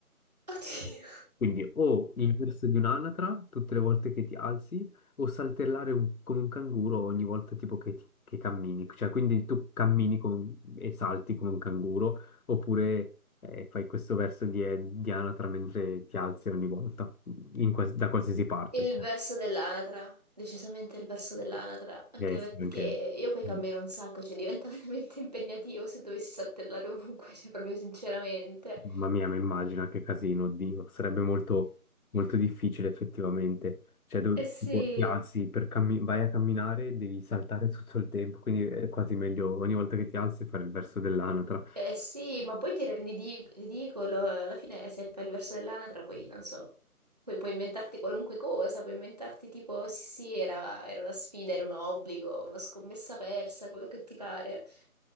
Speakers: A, on the right (about 25°); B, on the left (about 70°).
A: Oddio.
B: Quindi o il verso di un'anatra tutte le volte che ti alzi, o saltellare un- come un canguro ogni volta tipo che, ti- che cammini. Cioè, quindi tu cammini come un- e salti come un canguro, oppure eh, fai questo verso di, di anatra mentre ti alzi ogni volta, in quals- da qualsiasi parte.
A: Il
B: Cioè,
A: verso dell'anatra, decisamente il verso dell'anatra, anche
B: Deve essere
A: perché
B: anche-
A: io poi cammino
B: mm.
A: un sacco, cioè diventa <laughs> veramente impegnativo se dovessi saltellare ovunque, cioè proprio sinceramente.
B: Mamma mia, mi immagino che casino, oddio, sarebbe molto, molto difficile effettivamente. Cioè, do-
A: Eh sì,
B: tipo, ti alzi per cammi- vai a camminare, devi saltare tutto il tempo, quindi è quasi meglio ogni volta che ti alzi fare il verso dell'anatra.
A: eh sì, ma poi ti rendi di- ridicolo, alla fine se fai il verso dell'anatra poi non so, poi puoi inventarti qualunque cosa, puoi inventarti tipo sì sì era, era una sfida, era un obbligo, una scommessa persa, quello che ti pare.